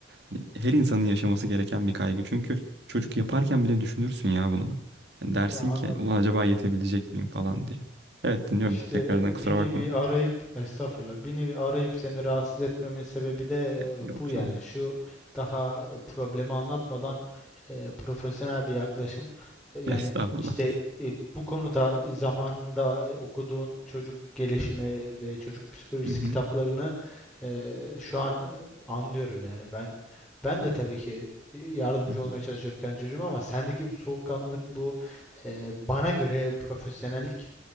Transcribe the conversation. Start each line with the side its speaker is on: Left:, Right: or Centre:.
Right: hani her insanın yaşaması gereken bir kaygı. Çünkü çocuk yaparken bile düşünürsün ya bunu. Yani dersin
Centre: Ya anladım.
Right: ki ulan acaba yetebilecek miyim falan diye. Evet dinliyorum.
Centre: İşte
Right: Tekrardan kusura
Centre: bir
Right: bakma.
Centre: nevi arayıp estağfurullah bir nevi arayıp seni rahatsız etmemin sebebi de e,
Right: Yok
Centre: bu
Right: canım.
Centre: yani şu daha problemi anlatmadan e, profesyonel bir yaklaşım E, yani
Right: Estağfurullah.
Centre: işte e, bu konuda zamanında e, okuduğun çocuk gelişimi ve çocuk psikolojisi
Right: Hı hı.
Centre: kitaplarını e, şu an e, anlıyorum yani ben ben de tabii ki yardımcı
Right: Hı hı.
Centre: olmaya çalışıyorum kendi çocuğuma ama sendeki bu soğukkanlılık bu e, bana göre profesyonellik